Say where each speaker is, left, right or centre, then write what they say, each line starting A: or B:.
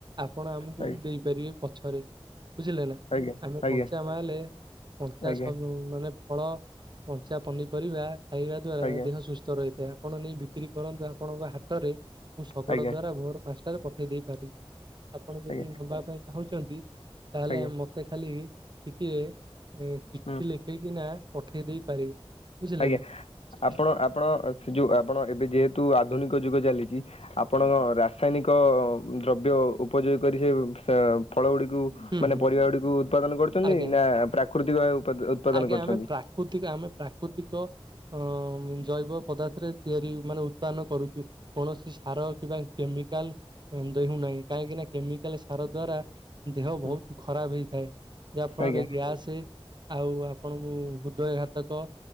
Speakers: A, on the right; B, on the left.
A: ଆପଣ ଆମକୁ
B: ଆଜ୍ଞା
A: ଦେଇ କରିବେ ପଛରେ ବୁଝିଲେ ନା
B: ଆଜ୍ଞା
A: ଆମେ
B: ଆଜ୍ଞା
A: କଞ୍ଚା ମାଲେ କଞ୍ଚା
B: ଆଜ୍ଞା
A: ସବୁ ମାନେ ଫଳ କଞ୍ଚା ପନିପରିବା ଖାଇବା ଦ୍ଵାରା
B: ଆଜ୍ଞା
A: ଦେହ ସୁସ୍ଥ ରହିଥାଏ। ଆପଣ ନେଇ ବିକ୍ରି କରନ୍ତୁ ଆପଣଙ୍କ ହାଟରେ ମୁଁ ଶଗଡ଼
B: ଆଜ୍ଞା ଆଜ୍ଞା
A: ଦ୍ଵାରା ଭୋର ପାଞ୍ଚଟାରେ ପକେଇ ଦେଇ ପାରିବି। ଆପଣ ଯଦି
B: ଆଜ୍ଞା
A: ନବା ପାଇଁ ଚାହୁଁଛନ୍ତି ତାହେଲେ
B: ଆଜ୍ଞା
A: ମତେ ଖାଲି ଟିକେ ଏ ଚିଠି
B: ହୁଁ
A: ଲେଖେଇକି ନା ପଠେଇ ଦେଇ ପାରିବେ। ବୁଝିଲେ
B: ଆଜ୍ଞା
A: ନା। ଚିଠି
B: ଆପଣ ଆପଣ ସେ ଯୋଉ ଆପଣ ଏବେ ଯେହେତୁ ଆଧୁନିକ ଯୁଗ ଚାଲିଛି। ଆପଣ ରାସାୟନିକ ଦ୍ରବ୍ୟ ଉପଯୋଗ କରି ସେ ଫଳ ଗୁଡିକୁ
A: ହୁଁ
B: ମାନେ
A: ହୁଁ
B: ପରିବା ଗୁଡିକୁ ଉତ୍ପାଦନ କରୁଛନ୍ତି
A: ଆଜ୍ଞା
B: ନା ପ୍ରାକୃତିକ ଭାବେ ଉତ୍ପାଦନ
A: ଆଜ୍ଞା
B: କରୁଛନ୍ତି।
A: ଆମେ ପ୍ରାକୃତିକ ଆମେ ପ୍ରାକୃତିକ ଅ ଜୈବ ପଦାର୍ଥରେ ତିଆରି ମାନେ ଉତ୍ଥାାନ କରୁଛୁ। କୌଣସି ସାର କିମ୍ବା କେମିକାଲ ଦ ହଉନାହିଁ କାହିଁକି ନା କେମିକାଲ ସାର ଦ୍ଵାରା ଦେହ
B: ହୁଁ
A: ବହୁତ ଖରାପ ହେଇଥାଏ ଯାହା ଫଳରେ
B: ଆଜ୍ଞା
A: ଗ୍ୟାସ ଆଉ ଆପଣଙ୍କୁ ହୃଦୟ ଘାତକ